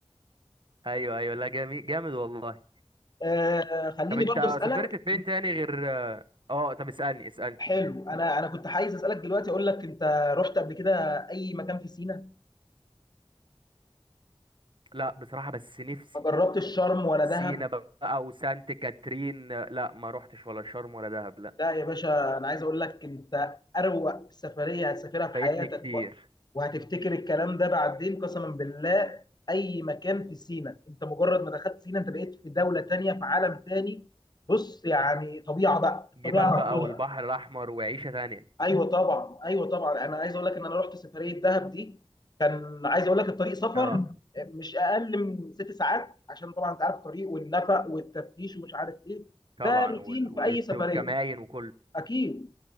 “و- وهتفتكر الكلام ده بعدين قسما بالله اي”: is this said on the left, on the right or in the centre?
Left